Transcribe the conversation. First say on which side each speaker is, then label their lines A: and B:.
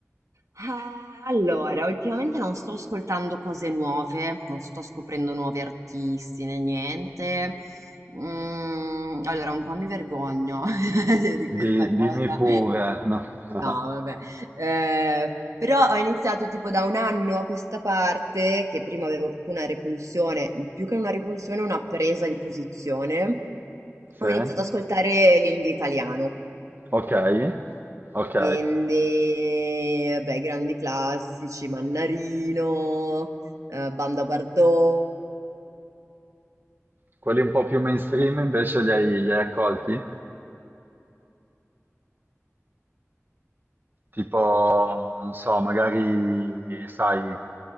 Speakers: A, on the right (about 85°); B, on the right (about 40°).
A: Eh, Allora, ultimamente non sto ascoltando cose nuove, non sto scoprendo nuovi artisti né niente. Mm, allora, un po' mi vergogno <laughs> di questa
B: Di-
A: cosa.
B: dimmi pure. no? <laughs>
A: No, vabbè. Eh, però ho iniziato tipo da un anno a questa parte, che prima avevo proprio una repulsione, più che una repulsione, una presa di posizione.
B: Sì?
A: Ho iniziato ad ascoltare l'indie italiano.
B: Ok, ok.
A: Quindi, vabbè, grandi classici, Mannarino, eh, Banda Bardot.
B: Quelli un po' più mainstream invece li hai, li hai accolti? Tipo, non so, magari, sai,